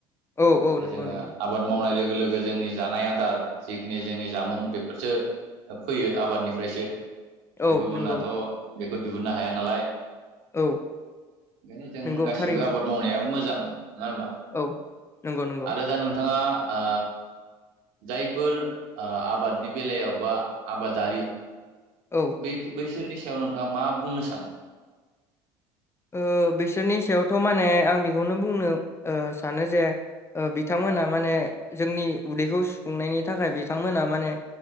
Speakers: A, on the left (about 20°); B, on the right (about 70°).
A: औ औ
B: दा
A: नंगौ
B: जोंहा
A: नंगौ
B: आबाद मावनाय लोगो लोगो जोंनि जानाय आदार जिखिनि जोंनि जामुं बेफोरसो फैयो आबादनिफ्रायसो
A: औ
B: गुबुनाथ'
A: नंगौ
B: बेखौ दिहुननो हाया नालाय।
A: औ
B: ओंखायनो जों
A: नंगौ
B: गासिबो
A: थारैनो
B: आबाद मावनाया मोजां नोङा होमबा
A: औ नंगौ नंगौ
B: आरो दा नोंथाङा ओ जायफोर ओ आबादनि बेलायाव बा आबादारि
A: औ
B: ब बैसोरनि सायाव नोंथाङा मा बुंनो सानो?
A: ओ बिसोरनि सायावथ माने आं बेखौनो बुंनो ओ सानो जे ओ बिथांमोना माने जोंनि उदैखौ सुफुंनायनि थाखाय बिथांमोना माने